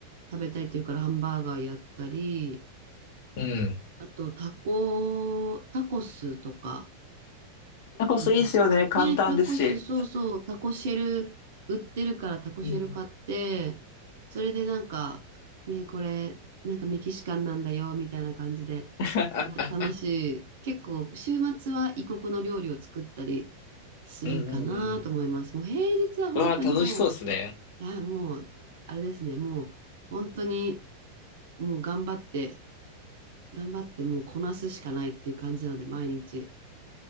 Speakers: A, on the right (about 55°); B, on the left (about 50°).
A: ー食べたいっていうからハンバーガーやったり、
B: うん。
A: あと、タコ、タコスとか、
B: タコスいいっすよね。
A: なんか、
B: 簡単ですし。
A: ね、タコス、そうそう、タコシェル売ってるからタコシェル買って、
B: うん。
A: それでなんか、ね、これ、なんかメキシカンなんだよ、みたいな感じで、
B: <laughs>
A: た楽しい。結構、週末は異国の料理を作ったりするかなと思います。
B: うんうんうん。
A: もう平日は本当にも
B: うわー、楽しそうですね。
A: う、あ、もう、あれですね、もう、本当に、もう頑張って、頑張ってもうこなすしかないっていう感じなので、毎日。